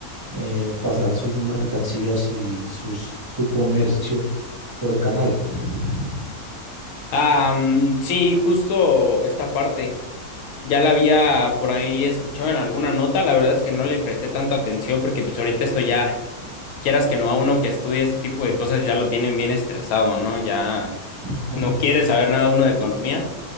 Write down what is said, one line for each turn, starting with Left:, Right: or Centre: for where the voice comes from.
Right: eh, pasar sus mercancías y sus, su comercio por el canal. <laughs>
Left: Ah, mm, sí, justo esta parte. Ya la había por ahí escuchado en alguna nota, la verdad es que no le presté tanta atención porque pues ahorita esto ya quieras que no, a uno que estudie este tipo de cosas ya lo tienen bien estresado, ¿no? Ya
Right: Ujú.
Left: no quiere saber nada uno de economía.